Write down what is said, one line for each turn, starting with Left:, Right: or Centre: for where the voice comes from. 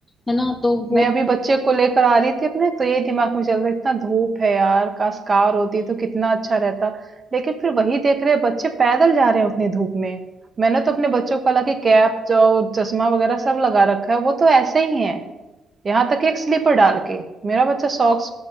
Left: है ना तो वो
Right: मैं अभी बच्चे को लेकर आ रही थी अपने तो ये दिमाग में चल रहा इतना धूप है यार काश कार होती तो कितना अच्छा रहता लेकिन फिर वही देख रहे हैं बच्चे पैदल जा रहे हैं उतनी धूप में मैंने तो अपने बच्चों को हालांकि कैप जो चश्मा वगैरह सब लगा रखा है वो तो ऐसे ही है यहाँ तक कि एक स्लीपर डाल के मेरा बच्चा सॉक्स